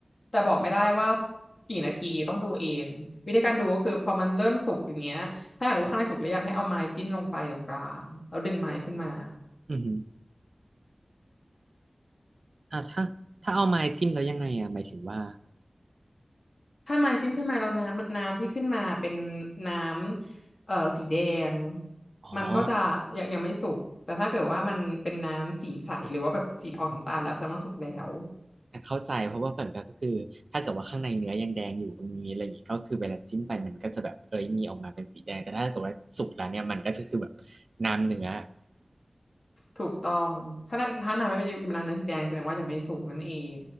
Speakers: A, on the left (about 60°); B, on the right (about 75°).
A: แต่บอกไม่ได้ว่ากี่นาทีต้องดูเองวิธีการดูก็คือพอมันเริ่มสุกอย่างเงี้ยถ้าอยากรู้ว่าข้างในสุกหรือยังให้เอาไม้จิ้มลงไปตรงกลางแล้วดึงไม้ขึ้นมา
B: อือฮึอ่าถ้าถ้าเอาไม้จิ้มแล้วยังไงอะหมายถึงว่า
A: ถ้าไม้จิ้มขึ้นมาแล้วน้ำน้ำที่ขึ้นมาเป็นน้ำเอ่อสีแดง
B: อ๋อ
A: มันก็จะยังยังไม่สุกแต่ถ้าเกิดว่ามันเป็นน้ำสีใสหรือว่าแบบสีออกน้ำตาลแล้วแสดงว่าสุกแล้ว
B: อ่ะเข้าใจเพราะว่าเหมือนกันก็คือถ้าเกิดว่าข้างในเนื้อยังแดงอยู่มันมีอะไรอย่างงี้ก็คือเวลาจิ้มไปมันก็จะแบบเอ้ยมีออกมาเป็นสีแดงแต่ถ้าเกิดว่าสุกแล้วเนี่ยมันก็จะคือแบบน้ำเนื้อ
A: ถูกต้องถ้าน้ำถ้าน้ำไม่เป็นน้ำเนื้อสีแดงแสดงว่ายังไม่สุกนั่นเอง